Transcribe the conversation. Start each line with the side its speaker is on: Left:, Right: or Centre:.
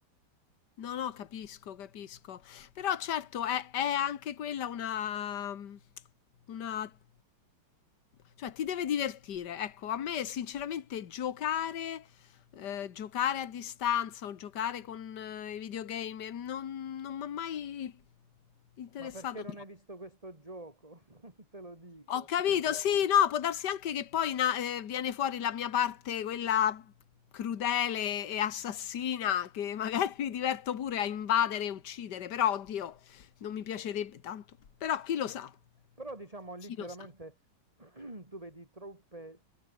Left: No, no, capisco, capisco. Però certo è, è anche quella una, una... Cioè ti deve divertire. Ecco, a me sinceramente giocare, eh, giocare a distanza o giocare con eh, i videogame eh, non, non mi ha mai interessato
Right: Ma perché non hai visto questo gioco? <laughs> Te lo dico.
Left: ho capito, sì, no, può darsi anche che poi na- eh, viene fuori la mia parte, quella crudele e assassina, che <laughs> magari mi diverto pure a invadere e uccidere, però oddio, non mi piacerebbe tanto. Però chi lo sa,
Right: Però diciamo lì
Left: chi
Right: chiaramente
Left: lo sa.
Right: <clears throat> <coughs> tu vedi truppe,